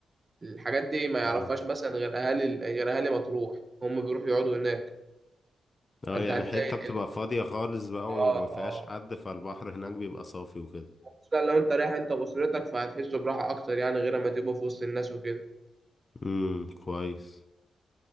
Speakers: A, on the right (about 25°); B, on the left (about 25°).
A: الحاجات دي ما يعرفهاش
B: امم
A: مثلا غير اهالي غير اهالي مطروح هم بيروحوا يقعدوا هناك
B: اه
A: فانت
B: يعني
A: هتلاقي
B: حتة بتبقى
A: ال-
B: فاضية خالص بقى
A: اه
B: وما
A: آه.
B: فيهاش حد فالبحر هناك بيبقى صافي وكده
A: خصوصا لو انت رايح انت واسرتك فهتحسوا براحه اكتر يعني غير ما تبقوا في وسط الناس وكده
B: امم كويس